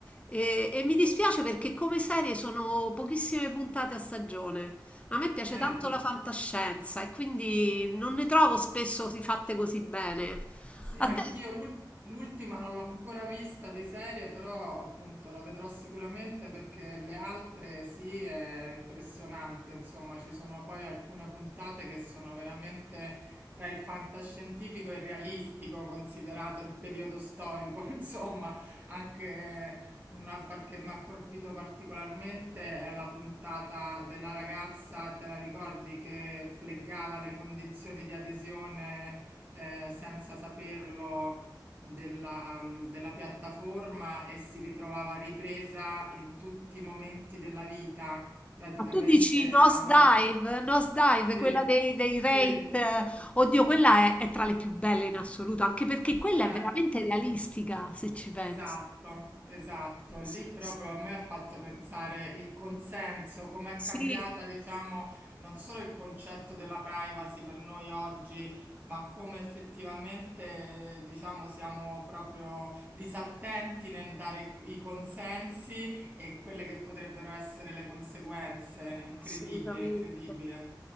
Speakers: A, on the left (about 15°); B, on the right (about 25°).
A: e, e mi dispiace perché come serie sono pochissime puntate a stagione. A me piace
B: Eh,
A: tanto la fantascienza e quindi non ne trovo spesso di fatte così bene.
B: Sì,
A: A
B: anch'io
A: te?
B: l'ult- l'ultima non l'ho ancora vista di serie, però appunto la vedrò sicuramente perché le altre sì, è impressionante, insomma, ci sono poi alcune puntate che sono veramente tra il fantascientifico e il realistico, considerato il periodo storico, <laughs> insomma, anche una par- che mi ha colpito particolarmente è la puntata della ragazza, te la ricordi, che fleggava le condizioni di adesione? eh, senza saperlo della, mm, della piattaforma e si ritrovava ripresa in tutti i momenti della vita, praticamente
A: Ma tu dici Nosedive?
B: alla...
A: Nosedive,
B: Sì,
A: quella dei, dei Wraith,
B: sì,
A: eh, Oddio, quella è, è tra le più belle in assoluto, anche perché quella
B: eh.
A: è veramente realistica, se ci pensi.
B: Esatto, esatto. Lì
A: Sì,
B: proprio
A: sì,
B: a me ha fatto pensare il consenso, come è
A: sì,
B: cambiata, diciamo, non solo il concetto della privacy per noi oggi, ma come effettivamente, diciamo, siamo proprio disattenti nel dare il- i consensi e quelle che potrebbero essere le conseguenze. È incredibile,
A: assolutamente.
B: è incredibile.